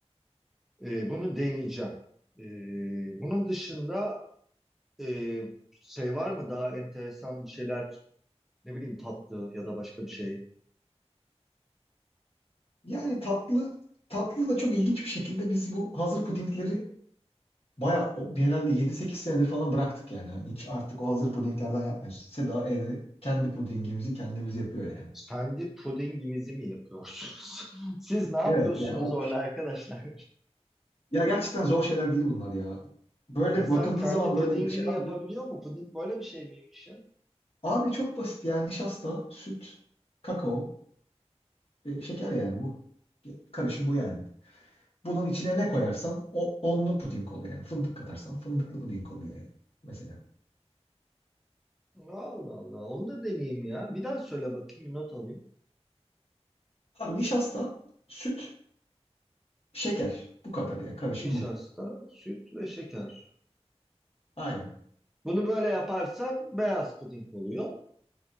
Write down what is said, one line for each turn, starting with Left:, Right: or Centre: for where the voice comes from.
Centre: E, bunu deneyeceğim. E, bunun dışında e, şey var mı daha enteresan bir şeyler ne bileyim tatlı ya da başka bir şey.
Left: Yani tatlı tatlı da çok ilginç bir şekilde biz bu hazır pudingleri bayağı o- bir herhalde 7-8 senedir falan bıraktık yani. Hani hiç artık o hazır pudinglerden yapmıyoruz. Seda evde kendi pudingimizi kendimiz yapıyor yani.
Centre: Kendi pudinginizi mi yapıyorsunuz? <laughs> Siz ne yapıyorsunuz
Left: Evet yani o
Centre: orada arkadaşlar?
Left: ya gerçekten zor şeyler değil bunlar ya. Böyle
Centre: <laughs> İnsan
Left: bakıldığı
Centre: kendi
Left: zaman böyle
Centre: pudingini
Left: dışarıdan
Centre: yapabiliyor mu? Puding böyle bir şey miymiş ya?
Left: abi çok basit ya nişasta, süt, kakao, e, şeker yani bu. Karışım bu yani. Bunun içine ne koyarsan o onlu puding oluyor yani. Fındık katarsan fındıklı puding oluyor yani mesela.
Centre: Allah Allah. Onu da deneyeyim ya. Bir daha söyle bakayım. bir Not alayım.
Left: Abi nişasta, süt, şeker. Bu kadar ya. Karışım
Centre: Nişasta,
Left: bu.
Centre: süt ve şeker.
Left: Aynen.
Centre: Bunu böyle yaparsan beyaz puding oluyor.